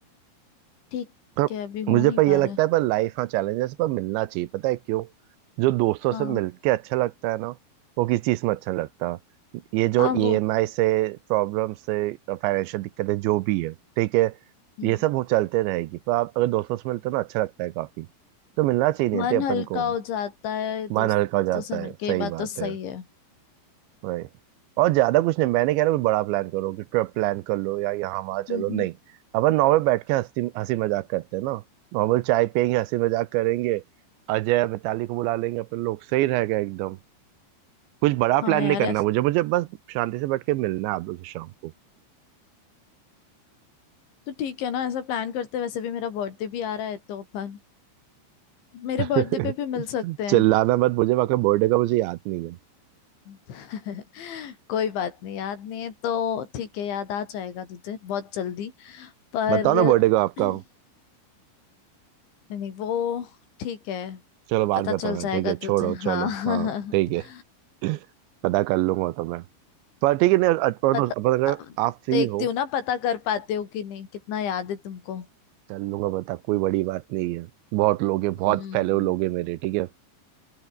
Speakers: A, on the left; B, on the right.
A: ठीक
B: पर
A: है अभी
B: मुझे
A: हो नहीं
B: पर
A: पा
B: ये लगता
A: रहा है
B: है पर लाइफ हाँ चैलेंजेस पर मिलना चाहिए पता है क्यों जो दोस्तों
A: हाँ
B: से मिलके अच्छा लगता है ना वो किसी चीज में अच्छा नहीं लगता ये जो
A: हाँ
B: ईएमआई
A: वो
B: से प्रॉब्लम से फाइनेंशियल दिक्कतें जो भी है ठीक है
A: हम्म
B: ये सब वो चलते रहेगी पर आप अगर दोस्तों से मिलते हो ना अच्छा लगता है काफी तो मिलना चाहिए नहीं
A: मन
B: थे अपन
A: हल्का
B: को
A: हो जाता है
B: मन
A: दोस्तों
B: हल्का हो जाता
A: से मिलके
B: है सही
A: ये बात
B: बात
A: तो सही
B: है
A: है
B: वही और ज्यादा कुछ नहीं मैंने कह रहा कुछ बड़ा प्लान करो कि ट्रिप प्लान कर लो या यहाँ वहां चलो
A: हम्म हम्म
B: नहीं अपन नॉर्मल बैठ के हंसी हंसी मजाक करते हैं ना नॉर्मल चाय पियेंगे हंसी मजाक करेंगे अजय मिताली को बुला लेंगे अपन लोग सही रहेगा एकदम कुछ बड़ा प्लान
A: हाँ यार
B: नहीं करना मुझे मुझे बस शांति से बैठ के मिलना है आप लोग से शाम को
A: तो ठीक है ना ऐसा प्लान करते हैं। वैसे भी मेरा बर्थडे भी आ रहा है तो अपन मेरे
B: <laughs>
A: बर्थडे पे भी मिल सकते हैं
B: चिल्लाना मत मुझे आपका बर्थडे का मुझे याद नहीं है
A: <laughs> कोई बात नहीं याद नहीं है तो ठीक है याद आ जाएगा तुझे बहुत जल्दी पर
B: बताओ ना बर्थडे का आपका
A: <clears throat> नहीं वो ठीक है
B: चलो बाद
A: पता
B: में
A: चल
B: बताना
A: जाएगा
B: ठीक है छोड़ो
A: तुझे
B: चलो
A: हाँ <laughs>
B: हाँ ठीक है <laughs> पता कर लूंगा तो मैं पर ठीक है नहीं अपन
A: पता
B: अपन अगर आप फ्री
A: देखती
B: हो
A: हूँ ना पता कर पाते हो कि नहीं कितना याद है तुमको
B: चल लूंगा बता कोई बड़ी बात नहीं है बहुत लोग हैं बहुत
A: हम्म
B: फेलो लोग हैं मेरे ठीक है